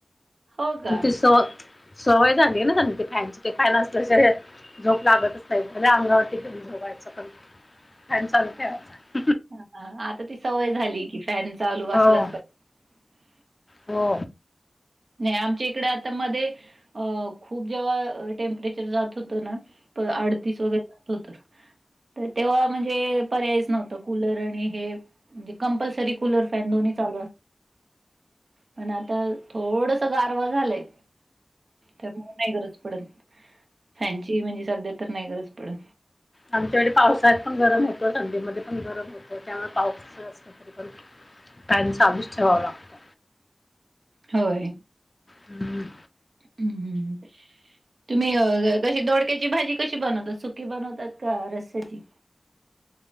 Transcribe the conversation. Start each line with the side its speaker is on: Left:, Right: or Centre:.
Right: हो का?
Left: आमची सवत सवय झाली ना त्यां ते फॅनची ते फॅन असल्याशिवाय झोप लागतच नाही अंगावरती घेऊनच झोपायचं फॅन चालू ठेवायचा
Right: हा आता ती सवय झाली कि फॅन चालू
Left: हो
Right: असलाच पहिजे
Left: हो
Right: नाही आमच्या इकडे आता मध्ये अ खूप जेव्हा टेम्परेचर जात होतं ना अडतीस वगैरे जात होतं तर तेव्हा म्हणजे पर्यायच नव्हत कूलर आणि हे म्हणजे कंपल्सरी कूलर फॅन दोन्ही चालू <inaudible> पण आता थोडसा गारवा झालंय. तर मला नाही गरज पडत फॅनची म्हणजे सध्या तर नाही गरज पडन.
Left: आमच्या कडे पावसात पण गरम होतं थंडीमध्ये पण गरम होतं त्यामुळे पाऊसच असतं तरी पण फॅन चालूच ठेवावं लागत.
Right: होय.
Left: हम्म.
Right: हम्म हम्म. तुम्ही अ कशी दोडक्याची भाजी कशी बनवता सुकी बनवतात का रस्याची